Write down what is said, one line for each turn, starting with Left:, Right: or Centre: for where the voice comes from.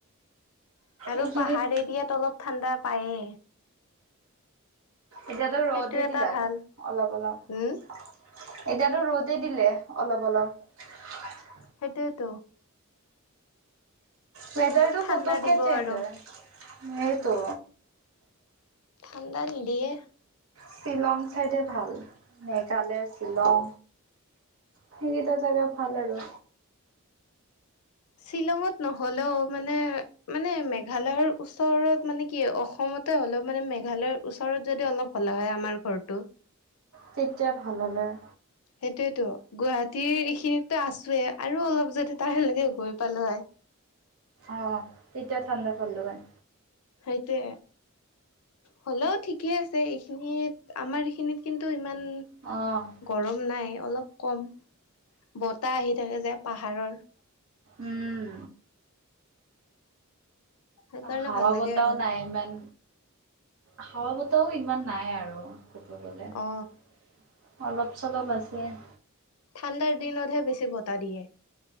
Left: আৰু
Right: এইখিনিত
Left: পাহাৰ এৰিয়াত অলপ ঠাণ্ডা পাইয়েই।
Right: এতিয়াতো ৰ'দে
Left: সেইটো এটা
Right: দিলা
Left: ভাল
Right: আ অলপ-অলপ।
Left: উম
Right: এতিয়াতো ৰ'দেই দিলে অলপ-অলপ।
Left: সেইটোৱেতো।
Right: ওৱেদাৰটো
Left: ঠাণ্ডা
Right: পুতুকে
Left: দিব
Right: চেজন্ট
Left: আৰু
Right: হয়। সেইটো।
Left: ঠাণ্ডা নিদিয়ে।
Right: শ্বিলং ঠাইডে ভাল মেঘালয়, শ্বিলং সেইকেইটা জেগা ভাল আৰু।
Left: শ্বিলঙত নহলেও মানে মানে মেঘালয়ৰ ওচৰত মানে কি অসমতে হ'লেও মানে মেঘালয়ৰ ওচৰত যদি অলপ হলা হয় আমাৰ ঘৰটো।
Right: তেতিয়া ভাল হল হয়।
Left: সেইটোয়েতো গুৱাহাটীৰ এইখিনিত আছোৱে আৰু অলপ যদি তাৰ লকে গৈ পালো হয়।
Right: অ', তেতিয়া ঠাণ্ডা পালো হয়।
Left: সেইটোৱে হ'লেও ঠিকে আছে এইখিনিত আমাৰ এইখিনিত কিন্তু ইমান
Right: অ',
Left: গৰম নাই। অলপ কম বত তা আহি থাকে যে পাহাৰৰ।
Right: উম,
Left: সেইকাৰণে
Right: হাৱা
Left: ভাল লাগে
Right: বতাহও
Left: আৰু
Right: নাই ইমান। হাওৱা বতাও ইমান নাই আৰু। কব গলে
Left: অ
Right: <inaudible> অলপ চলপ আছে। <inaudible>
Left: ঠাণ্ডাৰ দিনতহে বেছি বতাহ দিয়ে।